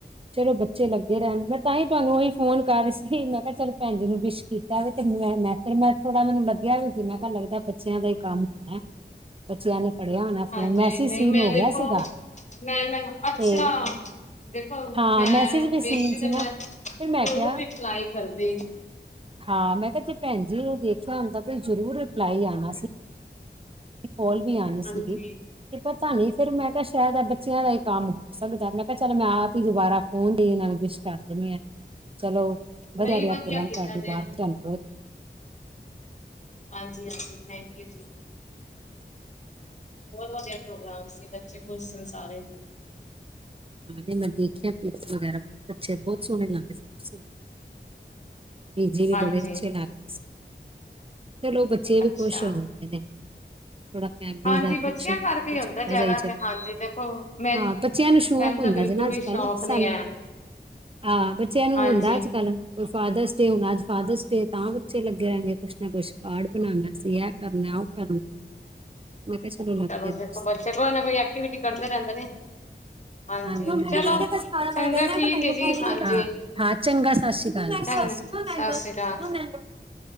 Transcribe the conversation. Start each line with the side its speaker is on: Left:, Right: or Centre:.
Right: ਚਲੋ ਬੱਚੇ ਲੱਗੇ ਰੈਂਣ ਮੈਂ ਤਾਂ ਹੀ ਤੁਹਾਨੂੰ ਉਹੀ ਫੋਨ ਕਰ ਸੀ ਮੈਂ ਕਿਆ ਚਲ ਭੈਣ ਜੀ ਨੂੰ ਵਿਸ਼ ਕੀਤਾ ਵੀ ਤੇ ਮੈਂ-ਮੈਂ ਤੇ ਮੈਂ ਥੋੜਾ ਮੈਨੂੰ ਲੱਗਿਆ ਵੀ ਸੀ ਮੈਂ ਕਿਆ ਲੱਗਦਾ। ਬੱਚਿਆਂ ਦਾ ਹੀ ਕੰਮ ਨੇ ਬੱਚਿਆਂ ਨੇ ਫੜ੍ਹਿਆ ਹੋਣਾ ਫੋਨ
Left: ਹਾਂਜੀ
Right: ਮੈਸੇਜ
Left: ਨਹੀਂ
Right: ਸੀਨ
Left: ਮੈਂ
Right: ਹੋ
Left: ਦੇਖੋ
Right: ਗਿਆ ਸੀਗਾ
Left: ਮੈਂ-ਮੈਂ ਅੱਛਾ
Right: ਤੇ
Left: ਦੇਖੋ
Right: ਹਾਂ
Left: ਮੈਂ
Right: ਮੈਸੇਜ ਵੀ
Left: ਵੇਖਦੀ
Right: ਸੀਨ ਸੀ
Left: ਤੇ
Right: ਨਾ
Left: ਮੈਂ
Right: ਫਿਰ
Left: ਜ਼ਰੂਰ
Right: ਮੈਂ ਕਿਹਾ
Left: ਵੀ ਰਿਪਲਾਈ ਕਰਦੀ।
Right: ਹਾਂ ਮੈਂ ਕਿਆ ਜੇ ਭੈਣ ਜੀ ਓ ਦੇਖਿਆ ਹੁੰਦਾ ਤੇ ਜ਼ਰੂਰ ਰਿਪਲਾਈ ਆਣਾ ਸੀ। ਕੋਲ ਵੀ ਆਣੀ
Left: ਹਾਂਜੀ
Right: ਸੀਗੀ ਤੇ ਪਤਾ ਨੀ ਫਿਰ ਮੈਂ ਕਿਹਾ ਸ਼ਾਇਦ ਆ ਬੱਚਿਆਂ ਦਾ ਹੀ ਕੰਮ ਹੋ ਸਕਦਾ ਮੈਂ ਕਿਆ ਚਲ ਮੈਂ ਆਪ ਹੀ ਦੁਬਾਰਾ ਫੋਨ ਦੇ ਦੀ ਨਾਲ ਵਿਸ਼ ਕਰ ਦਿੰਣੀ ਆਂ। ਚਲੋ ਵਧੀਆ
Left: ਨਹੀਂ
Right: ਰਿਆ ਪ੍ਰੋਗਰਾਮ
Left: ਕੀਤਾ
Right: ਤੁਹਾਡੇ
Left: ਜੇ
Right: ਬਾਰ ਧੰਨਵਾਦ
Left: ਹਾਂਜੀ-ਹਾਂਜੀ ਥੈਂਕ ਯੂ ਜੀ। ਬੋਤ ਵਧੀਆ ਪ੍ਰੋਗਰਾਮ ਸੀ ਬੱਚੇ ਖੁਸ਼ ਸਨ ਸਾਰੇ
Right: ਹਾਂ ਨਈ ਮੈਂ ਦੇਖੀਆਂ ਪਿਕਸ ਵਗੈਰਾ ਬੋਤ ਅੱਛੇ ਬੋਤ ਸੋਹਣੇ ਲੱਗ ਰਏ ਤੁਸੀ। ਬਿਜੀ ਵੀ
Left: ਹਾਂਜੀ
Right: ਬੜੇ ਅੱਛੇ ਲੱਗਦੇ ਸੀ ਚਲੋ ਬੱਚੇ ਵੀ
Left: ਅੱਛਾ
Right: ਖੁਸ਼ ਹੋ ਜਾਂਦੇ ਨੇ। ਥੋੜਾ ਆਂਟੀ
Left: ਹਾਂਜੀ
Right: ਦਾ
Left: ਬੱਚਿਆਂ
Right: ਫੰਕਸ਼ਨ
Left: ਕਰਕੇ ਹੀ ਹੁੰਦਾ
Right: ਛੋਟਾ
Left: ਜ਼ਿਆਦਾ
Right: ਜਿਹਾ ਈ ਚਲੋ
Left: ਤੇ ਹਾਂਜੀ ਦੇਖੋ ਮੈ
Right: ਹਾਂ ਬੱਚਿਆਂ ਨੂੰ ਸ਼ੌਂਕ
Left: ਮੈਨੂੰ
Right: ਹੁੰਦਾ
Left: ਤਾਂ ਬਿਲਕੁਲ
Right: ਜੇ ਨਾ ਅੱਜ
Left: ਵੀ ਸ਼ੌਕ
Right: ਕੱਲ ਸਾਨੂੰ
Left: ਨੀ ਹੈ
Right: ਆਹ ਬੱਚਿਆਂ ਨੂੰ
Left: ਹਾਂਜੀ
Right: ਹੁੰਦਾ ਅੱਜ ਕੱਲ ਫਾਦਰਸ ਡੇ ਹੁਣ ਅੱਜ ਫਾਦਰਸ ਡੇ ਤਾਂ ਬੱਚੇ ਲੱਗੇ ਰੈਣਗੇ ਕੁਛ ਨਾ ਕੁਛ ਕਾਰਡ ਬਣਾਉਣਾ ਸੀ ਐ। ਐ ਕਰਨਾ ਓ ਕਰਨਾ।
Left: <inaudible>
Right: ਮੈਂ ਕਿਆ ਚਲੋ। ਲੱਗਦੇ
Left: ਚਲੋ
Right: ਰਹੋ
Left: ਦੇਖੋ
Right: ਤੁਸੀਂ
Left: ਬੱਚੇ ਕੋਈ ਨਾ ਕੋਈ ਐਕਟੀਵਿਟੀ ਕਰਦੇ ਰੈਂਦੇ ਨੇ। ਹਾਂਜੀ
Right: ਮੰਮਾ
Left: ਚਲੋ
Right: ਕਹਿੰਦੀ ਇਹਦੇ ਕੋਲ ਖਾਣਾ
Left: ਚੰਗਾ
Right: ਮਨਾ ਕਰ ਮੈਂ
Left: ਠੀਕ
Right: ਕਿਹਾ ਮੈਂਗੋ
Left: ਹੈ ਜੀ
Right: ਖਾ ਲਈ
Left: ਹਾਂਜੀ
Right: ਹਾਂ ਹਾਂ ਚੰਗਾ ਸਤਿ ਸ਼੍ਰੀ ਅਕਾਲ ਜੀ, ਸਤਿ
Left: ਚੰਗਾ।
Right: ਸ਼੍ਰੀ ਅਕਾਲ ਮੈਂਗੋ
Left: ਸਤਿ ਸ੍ਰੀ ਅਕਾਲ।
Right: ਮੈਂਗੋ ਮੈਂਗੋ